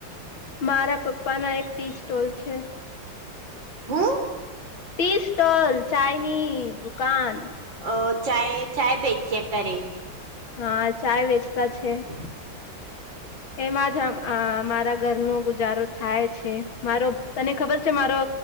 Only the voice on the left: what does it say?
મારા પપ્પાના એક ટીસ્ટોલ છે.
ટીસ્ટોલ ચાઇની દુકાન.
હા ચાય વેચતા છે.
એમાં જ મારા ઘરનો ગુજારો થાય છે મારો તને ખબર છે મારો